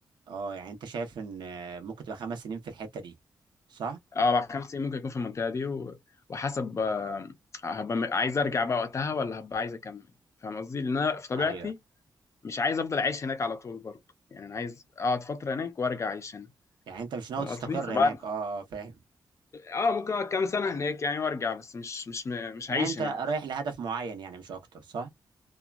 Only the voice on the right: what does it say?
اه يعني انت شايف ان آه، ممكن تبقى خمس سنين في الحتة دي صح؟
ايوه
يعني انت مش ناوي
تستقر
هناك اه اه فاهم
يعني
انت
رايح لهدف معين يعني مش اكتر صح؟